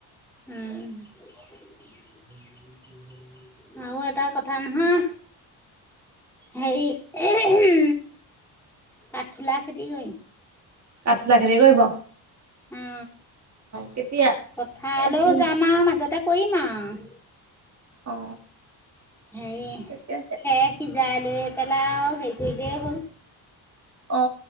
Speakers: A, in the centre; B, on the right.
A: উম! <unintelligible> আৰু এটা কথা নহয় হেই এ উ কাঠুলা খেতি কৰিম
B: কাাট লাখেৰিে কিব
A: অ
B: কেতিয়া
A: পথালৈও
B: একদম
A: যাম আৰু মাজতে কৰিম আৰু
B: অ
A: হেৰি
B: সয়ে
A: খেৰ সিজাই লৈ পেলাই আৰু হেৰি কৰিলেই হ'ল
B: অ